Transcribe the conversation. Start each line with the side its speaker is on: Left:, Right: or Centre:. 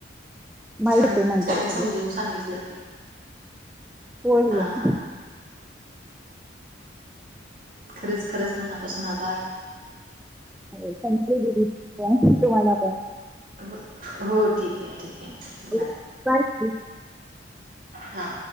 Centre: माहित
Right: छान
Centre: होते नंतर
Right: छान
Centre: सगळे
Right: समजून सांगितलं.
Centre: होय होय.
Right: हा हा हा खरंच खरंच मनापासून आभार.
Centre: संपलेली दिसत आहे. तुम्हाला पण.
Right: हो हो ठीके ठीक. आहे
Centre: <unintelligible>
Right: हा.